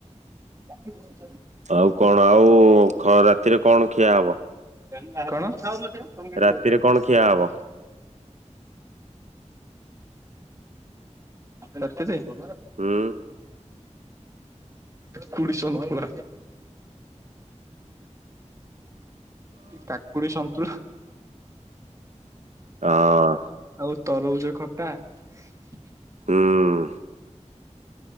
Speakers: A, on the right (about 25°); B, on the right (about 70°).
A: <unintelligible>
B: ଆଉ କଣ ଆଉ ଖ ରାତିରେ କଣ ଖିଆ ହବ?
A: କଣ।
B: ରାତିରେ ଖିଆ ହବ?
A: ରାତିରେ। <unintelligible>
B: ହୁଁ
A: କାକୁଡି ସନ୍ତୁଳା। କାକୁଡି ସନ୍ତୁଳା।
B: ହଁ
A: ଆଉ ତରଭୁଜ ଖଟା। <unintelligible>
B: ହୁଁ।